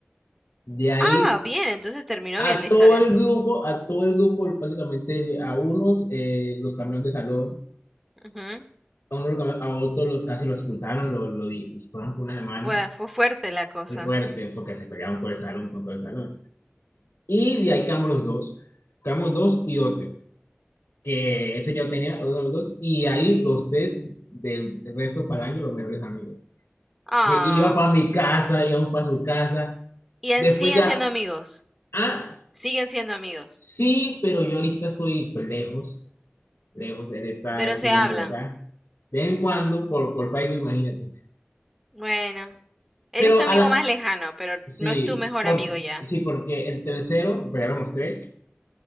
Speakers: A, on the left; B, in the centre.
A: De ahí
B: ah, bien, entonces terminó
A: a
B: bien la historia.
A: todo el grupo, a todo el grupo, básicamente a unos eh, los cambiaron de salón,
B: Ujú.
A: a, uno lo cambi- a otros los- casi lo expulsaron, lo, lo di- lo expulsaron por una semana.
B: Fue, fue fuerte la cosa.
A: Fue fuerte, porque se pelearon todo el salón con todo el salón. Y de ahí quedamos los dos. Quedamos dos y otro. Que ese yo tenía otro de los dos. Y ahí los tres del del resto para el año, los mejores amigos.
B: Ah.
A: Fui, iba para mi casa, iba para su casa.
B: Y en
A: Después
B: siguen
A: ya,
B: siendo amigos.
A: ah,
B: Siguen siendo amigos,
A: sí, pero yo ahorita estoy pues, lejos. Lejos, él está,
B: pero
A: sigue
B: se hablan.
A: en Bogotá. De vez en cuando, por, por Facebook, imagínate.
B: Bueno, él
A: Pero
B: es tu amigo
A: a la,
B: más lejano, pero
A: sí,
B: no es tu mejor
A: por,
B: amigo ya.
A: sí, porque el tercero, pues éramos tres.